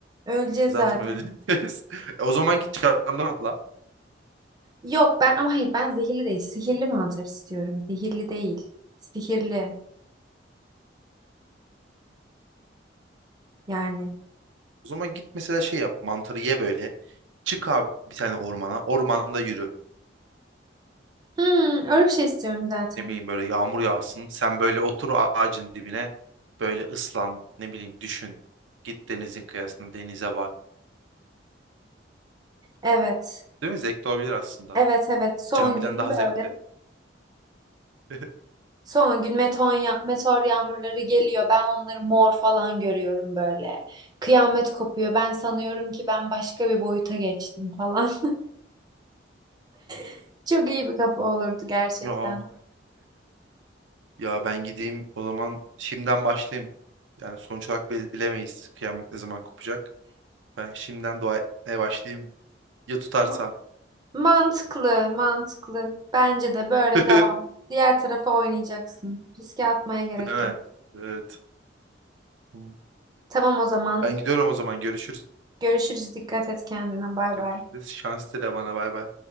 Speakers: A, on the right; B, on the right.
A: Öleceğiz
B: Zaten
A: zaten.
B: öyleyiz. <laughs> E o zaman git camdan atla.
A: Yok ben ama hayır ben zehirli değil. Sihirli mantar istiyorum. Zehirli değil. Sihirli yani.
B: O zaman git mesela şey yap mantarı ye böyle. Çık abi bir tane ormana. Ormanda yürü.
A: Hmm, öyle bir şey istiyorum zaten.
B: ne bileyim böyle yağmur yağsın. Sen böyle otur ağacın dibine böyle ıslan ne bileyim düşün. Git denizin kıyısına denize bak.
A: Evet.
B: Değil mi? Zevkli olabilir aslında.
A: Evet evet. Son
B: Camiden
A: günün
B: daha
A: böyle.
B: zevkli. <laughs>
A: Son gün meteor, ya- meteor yağmurları geliyor. Ben onları mor falan görüyorum böyle. Kıyamet kopuyor. Ben sanıyorum ki ben başka bir boyuta geçtim falan. <laughs> Çok iyi bir kafa olurdu gerçekten.
B: Ya ya ben gideyim o zaman şimdiden başlayayım. Yani sonuç olarak bil- bilemeyiz kıyamet ne zaman kopacak. Ben şimdiden dua etmeye başlayayım. Ya tutarsa.
A: Ma- Mantıklı, mantıklı. Bence de böyle
B: <laughs>
A: devam. Diğer tarafa oynayacaksın. Riske atmaya gerek
B: Değil mi?
A: yok.
B: Evet. Tamam.
A: Tamam o zaman.
B: Ben gidiyorum o zaman. Görüşürüz.
A: Görüşürüz. Dikkat et kendine. Bay
B: Görüşürüz.
A: bay.
B: Şans dile bana. Bay bay.